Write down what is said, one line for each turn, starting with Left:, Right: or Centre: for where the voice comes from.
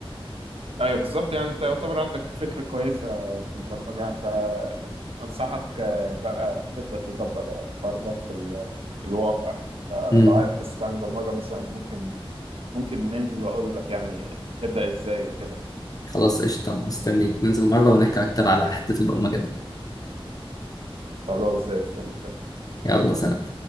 Right: ايوه بالظبط يعني انت يعتبر عندك فكره كويسه في البرمجه يعني انت انصحك آه، بقى تبدا تطبق بقى الحوار ده في ال- في الواقع آه،
Left: أصلا.
Right: لو عايز تعمل برمجه مثلا ممكن ممكن ننزل واقول لك يعني تبدا ازاي وكده
Left: خلاص قشطة مستنيك ننزل مرة ونحكي أكتر على حتة البرمجة ده
Right: خلاص زي الفل
Left: يلا سلام